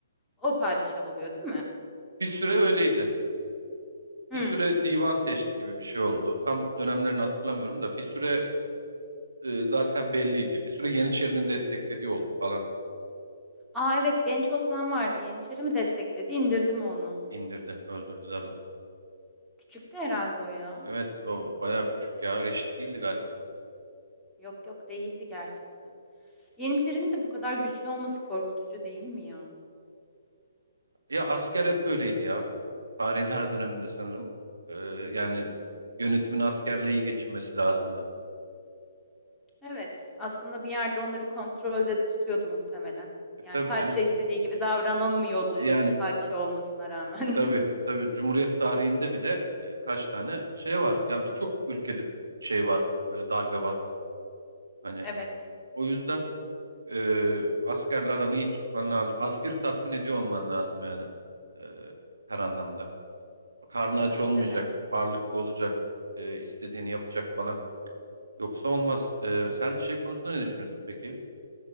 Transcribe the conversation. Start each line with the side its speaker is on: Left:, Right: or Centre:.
Centre: O padişah oluyor, değil mi?
Right: Bir süre öyleydi.
Centre: Hmm.
Right: Bir süre divan seçti gibi bir şey oldu. Tam dönemlerini hatırlamıyorum da bir süre e, zaten belliydi. Bir süre Yeniçeri'nin desteklediği oldu falan.
Centre: Aa evet genç Osman vardı. Yeniçeri mi destekledi? İndirdim onu.
Right: İndirdi, öldürdüler onu.
Centre: Küçüktü herhalde o ya.
Right: Evet, o bayağı küçük ya. Reşit değildi galiba.
Centre: Yok yok değildi gerçekten. Yeniçerinin de bu kadar güçlü olması korkutucu değil mi ya?
Right: Ya asker hep öyleydi ya. Tarihin her döneminde sanırım. Ee, yani
Centre: Hmm.
Right: yönetimin askerle iyi geçinmesi lazımdı.
Centre: Evet, aslında bir yerde onları kontrolde de tutuyordu muhtemelen.
Right: E,
Centre: Yani
Right: tabii
Centre: padişah
Right: canım.
Centre: istediği gibi davranamıyordu
Right: E, yani
Centre: ki padişah olmasına rağmen.
Right: tabii tabii Cumhuriyet tarihinde bile e, kaç tane şey var. Ya birçok ülkede şey var, e, darbe var.
Centre: <laughs>
Right: Hani
Centre: Evet,
Right: o yüzden e, askerle aranı iyi tutman lazım. Askeri tatmin ediyor olman lazım yani e, her anlamda. Karnı aç
Centre: bence
Right: olmayacak,
Centre: de.
Right: varlıklı olacak, e, istediğini yapacak falan. Yoksa olmaz. Ee, sen şey konusunda ne düşünüyorsun peki?